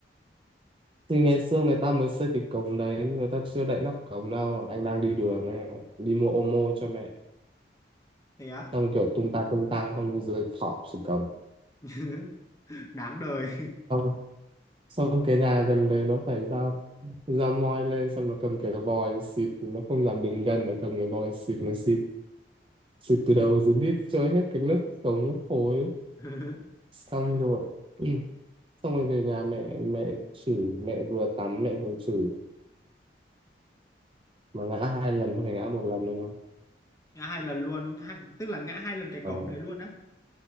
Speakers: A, on the right; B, on the left.
A: Thì ngày xưa người ta mới xây cái cổng đấy. Người ta chưa đậy nắp cổng đâu. Anh đang đi đường này. Đi mua ô mô cho mẹ.
B: thế á
A: Xong rồi kiểu tung ta tung tăng. Xong rồi rơi thọp xuống cổng.
B: <laughs> đáng đời
A: Xong xong cái nhà gần đấy nó phải ra ra moi lên xong nó cầm cái vòi xịt nó không dám đứng gần nó cầm cái vòi xịt nó xịt xịt từ đầu xuống đít trôi hết cái nước cống thối
B: <laughs>
A: xong rồi <clears throat> ừ. xong rồi về nhà mẹ mẹ chửi mẹ vừa tắm mẹ vừa chửi mà ngã hai lần không phải ngã một lần đâu nhá
B: ngã hai lần luôn hai, tức là ngã hai lần cái
A: ờ
B: cổng đấy luôn á